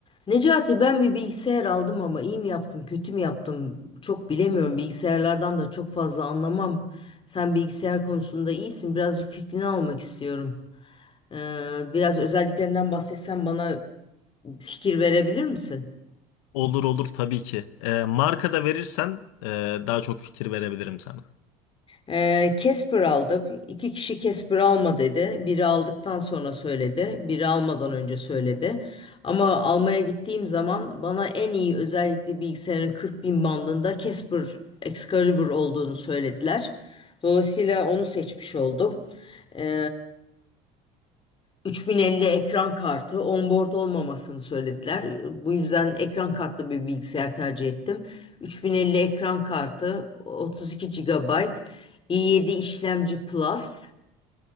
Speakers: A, on the left; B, on the left.
A: Necati ben bir bilgisayar aldım ama iyi mi yaptım, kötü mü yaptım çok bilemiyorum. Bilgisayarlardan da çok fazla anlamam. Sen bilgisayar konusunda iyisin. Birazcık fikrini almak istiyorum. Ee, biraz özelliklerinden bahsetsen bana fikir verebilir misin?
B: Olur olur tabii ki. Ee, marka da verirsen e, daha çok fikir verebilirim sana.
A: Ee, Casper aldı. İki kişi Casper alma dedi. Biri aldıktan sonra söyledi. Biri almadan önce söyledi. Ama almaya gittiğim zaman bana en iyi özellikle bilgisayarın 40 bin bandında Casper Excalibur olduğunu söylediler. Dolayısıyla onu seçmiş oldum. Ee, 3050 ekran kartı onboard olmamasını söylediler. Bu yüzden ekran kartlı bir bilgisayar tercih ettim. 3050 ekran kartı, 32 GB, i7 işlemci Plus,